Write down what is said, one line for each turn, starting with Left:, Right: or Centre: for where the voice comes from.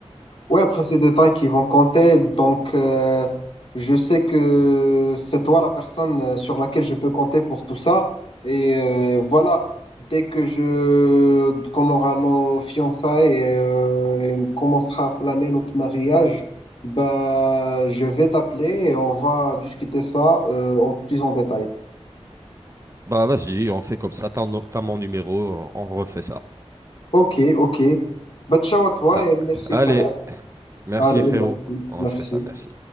Left: Ouais, après, ces détails qui vont compter. Donc, euh, je sais que c'est toi la personne euh, sur laquelle je peux compter pour tout ça. Et euh, voilà, dès que je qu'on aura nos fiançailles et, euh, et on commencera à planer notre mariage, bah, je vais t'appeler et on va discuter ça euh, en plus en détail.
Right: Bah vas-y, on fait comme ça, t'as no- t'as mon numéro, on refait ça.
Left: Ok, ok. Bah, ciao à toi
Right: Ah,
Left: et merci,
Right: allez,
Left: frère.
Right: merci
Left: Allez,
Right: frérot,
Left: merci,
Right: on
Left: merci.
Right: fait ça, merci.